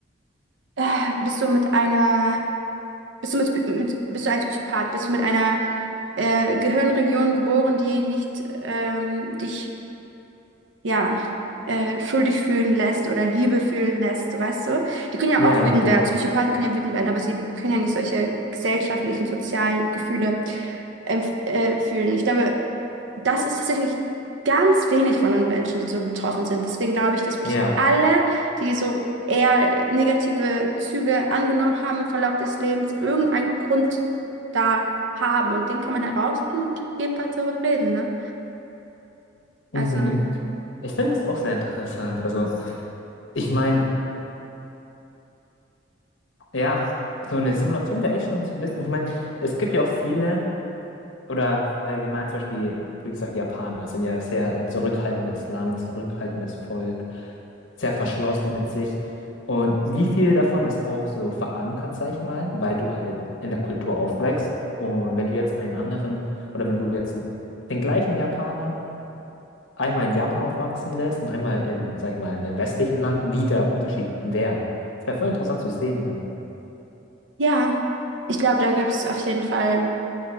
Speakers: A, on the right; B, on the left.
A: äh, bist du mit einer, bist du mit, mit, bist du ein Psychopath, bist du mit einer äh, Gehirnregion geboren, die nicht ähm, dich ja, äh, schuldig fühlen lässt oder Liebe fühlen lässt, so weißt du? Die können ja
B: ja,
A: auch wütend
B: genau.
A: werden. Psychopathen können ja wütend werden, aber sie können ja nicht solche gesellschaftlichen, sozialen Gefühle empf- äh, fühlen. Ich glaube, das ist tatsächlich ganz wenig von den Menschen, die so betroffen sind. Deswegen glaube ich, dass wirklich
B: Ja.
A: alle, die so eher negative Züge angenommen haben im Verlauf des Lebens, irgendeinen Grund da haben. Und den kann man herausfinden und jedenfalls darüber reden, ne?
B: Mhm.
A: Also.
B: Ich finde das auch sehr interessant. Also, ich meine, Ja, so eine Simulation wäre echt schon zu wissen. Ich meine, es gibt ja auch viele, oder allgemein zum Beispiel, wie gesagt, Japaner sind ja sehr ein zurückhaltendes Land, zurückhaltendes Volk, sehr verschlossen mit sich. Und wie viel davon ist auch so verankert, sag ich mal, weil du halt in der Kultur aufwächst. Und wenn du jetzt einen anderen, oder wenn du jetzt den gleichen Japaner einmal in Japan aufwachsen lässt und einmal in, sag ich mal, in einem westlichen Land, wie der Unterschied wäre. Das wäre voll interessant zu sehen mal.
A: Ja, ich glaube, da gibt es auf jeden Fall